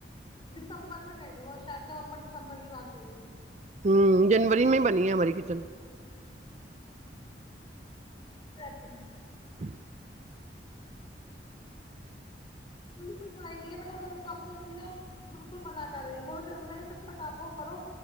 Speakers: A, on the left; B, on the right.
A: دسمبر میں گئے تھے وہ شاید نومبر دسمبر کی بات ہے
B: ہوں جنوری میں بنی ہے ہماری کچن
A: جتے ہیں
B: ہ
A: امی بنوائیں گے بٹ ابارے پاپو امی نا بالکل منع کر رہی ہیں بولو ج میں نے جب تک آپ وہ کرو